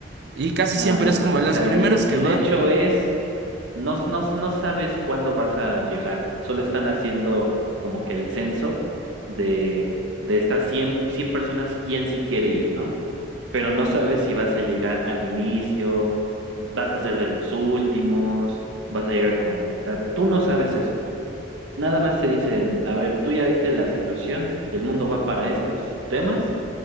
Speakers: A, on the right (about 55°); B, on the right (about 80°).
A: y casi
B: No,
A: siempre
B: no,
A: es
B: no.
A: como
B: O
A: los
B: sea,
A: primeros
B: el, el
A: que van
B: hecho es, no, no, no sabes cuándo vas a llegar. Solo están haciendo como que el censo de, de estas cien cien personas, quién sí quiere ir, ¿no? Pero no sabes si vas a llegar al inicio, vas a ser de los últimos, vas a llegar como a la mitad. Tú no sabes eso. Nada más te dicen, a ver, tú ya viste la situación, el mundo va para estos temas